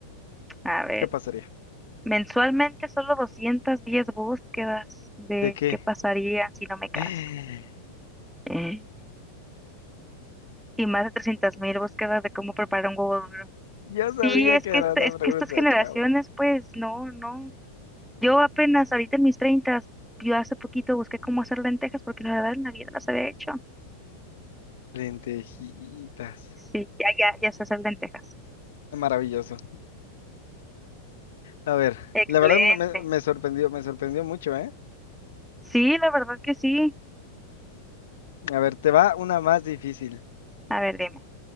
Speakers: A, in the centre; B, on the left.
A: A ver,
B: ¿Qué pasaría?
A: mensualmente solo 210 búsquedas de
B: ¿De qué?
A: qué pasaría si no me
B: <gasps>
A: caso.
B: <sighs>
A: Mm. Y más de 300.000 búsquedas de cómo preparar un huevo duro.
B: Yo
A: Sí,
B: sabía
A: es
B: que
A: que,
B: era
A: este-
B: una
A: es que
B: pregunta
A: estas generaciones,
B: trampa.
A: pues, no, no. Yo apenas ahorita en mis treintas, yo hace poquito busqué cómo hacer lentejas porque la verdad en la vida las había hecho.
B: Lentejitas.
A: Sí, ya, ya, ya sé hacer lentejas.
B: Maravilloso. A ver,
A: Excelente.
B: la verdad me, me- me sorprendió, me sorprendió mucho, ¿eh?
A: Sí, la verdad que sí.
B: A ver, te va una más difícil.
A: A ver, dime.